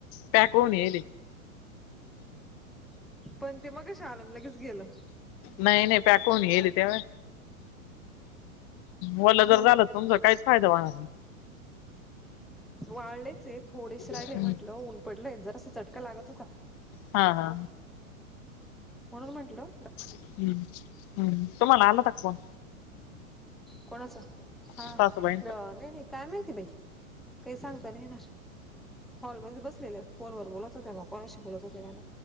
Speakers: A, on the left (about 35°); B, in the centre.
A: पॅक होऊन येईली.
B: पण ते मगाशी आलं न लगेच गेलं.
A: नाही नाही पॅकहुन गेली तेव्हा वलं
B: हा
A: जर झालं
B: ना
A: समजा काहीच फायदा होणार नाही.
B: वाळलेच ते थोडेच राहिले
A: नाही
B: म्हंटलं ऊन पडलंय जरास चटका लागत होता.
A: हा हा
B: म्हणून म्हटलं.
A: हम्म हम्म. तुम्हाला आलं का फोन.
B: कोणाच हा
A: सासूबाईंचा
B: नाही नाही काय माहिती बाई. काही सांगता नाही येणार. हॉलमध्ये बसलेल फोनवर बोलत होते मग कोणाशी बोलत होते त्याला